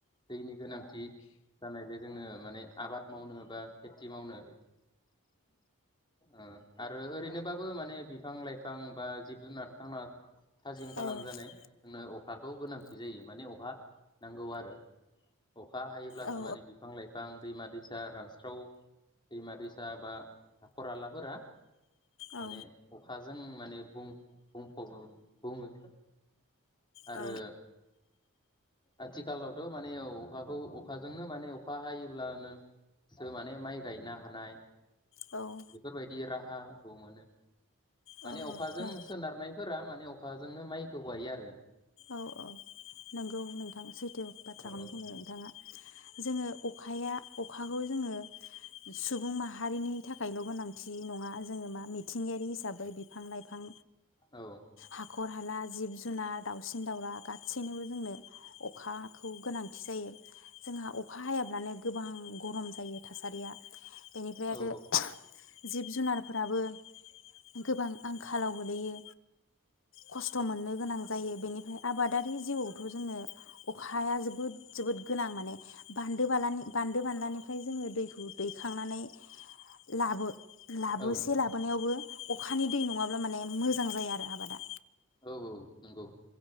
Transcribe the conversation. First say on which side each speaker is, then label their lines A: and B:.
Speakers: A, on the left; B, on the left.
A: दैनि गोनांथि जानाय बे जोंनो माने आबाद मावनो बा खेथि मावनो ओ आरो ओरैनोबाबो माने बिफां-लाइफां बा जिब जुनार थांना थाजिम
B: औ
A: खालामजानाय जोंनो अखाखौ गोनांथि जायो माने अखा नांगौ आरो अखा हायोब्लासो
B: औ
A: माने बिफां लाइफां दैमा-दैसा रानस्राव दैमा-दैसा बा हाखर आलाफोरा माने
B: औ
A: अखाजों माने बुं बुंफबो बुङो आरो
B: औ
A: आथिखालावथ' माने औ अखाखौ अखाजोंनो माने अखा हायोब्लानोसो माने माइ गायनो हानाय
B: औ औ
A: बेफोरबायदि रा हा औ <inaudible> मोनो। माने
B: औ
A: अखाजों
B: नों
A: सोनारनायफोरा माने अखाजोंनो मायखौ गायो आरो
B: औ-औ नंगौ नोंथां सैथो बाथ्राखौनो
A: औ
B: बुंदों नोंथाङा। जोङो अखाया अखाखौ जोङो सुबुं माहारिनि थाखायल' गोनांथि नङा जोङो मा मिथिंगायारि हिसाबै बिफां-लाइफां
A: औ
B: हाखर हाला जिब-जुनार दावसिन दाउला गासैनोबो जोंनो अखाखौ गोनांथि जायो जोंहा अखा हायाब्लानो गोबां गरम जायो थासारिया बेनिफ्राय
A: औ
B: आरो जिब जुनारफोराबो गोबां आंखालाव गोलैयो खस्थ' मोननो गोनां जायो बेनिफ्राय आबादारि जिउआवथ' जोनो अखाया जोबोद जोबोद गोनां माने बान्दो बालानि बान बान्दो बान्लानिफ्राय जोङो दैखौ दैखांनानै लाबो लाबोसे
A: औ
B: लाबोनायावबो अखानि दै नङाब्ला माने मो जां जाया आरो आबादा।
A: औ औ नंगौ